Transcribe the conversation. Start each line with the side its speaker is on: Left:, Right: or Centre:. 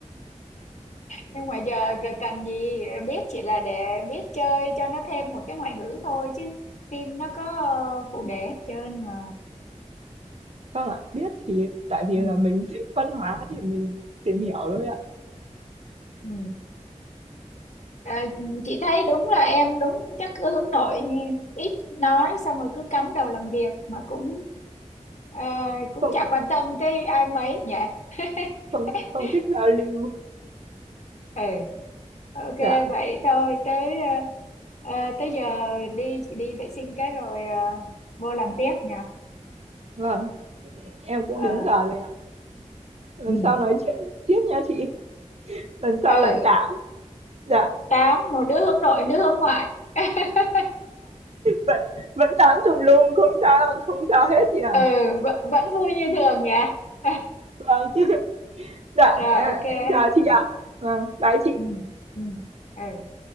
Left: nhưng mà giờ c- cần gì biết chỉ là để biết chơi cho nó thêm một cái ngoại ngữ thôi chứ phim nó có ờ, phụ đề hết trơn mà
Right: Vâng ạ, biết thì tại vì
Left: ừ,
Right: là mình thích văn hóa thì mình tìm hiểu thôi ạ.
Left: ừ. Ờ, chị thấy đúng là em đúng chắc cứ hướng nội ít nói xong rồi cứ cắm đầu làm việc mà cũng ờ, cũng
Right: Không
Left: chả quan tâm tới ai mấy nhỉ <laughs>
Right: không không thích giao lưu.
Left: ừ ok
Right: Dạ,
Left: vậy thôi tới ờ, ờ, tới giờ đi đi vệ sinh cái rồi ờ, vô làm tiếp nha
Right: vâng, em
Left: ờ
Right: cũng đến giờ rồi ạ. Lần
Left: ừ
Right: sau nói chuyện tiếp nha chị. Lần sau
Left: ừ
Right: lại tám. Dạ,
Left: tám một đứa hướng nội đứa hướng ngoại <laughs>
Right: vẫn vẫn tám tùm lum không sao không sao hết chị ạ.
Left: ừ vẫn, vẫn vui như thường nhỉ <laughs>
Right: Vâng. <laughs> Dạ,
Left: rồi ok ha
Right: em chào chị ạ. Vâng, bye chị.
Left: ừ ừ ừ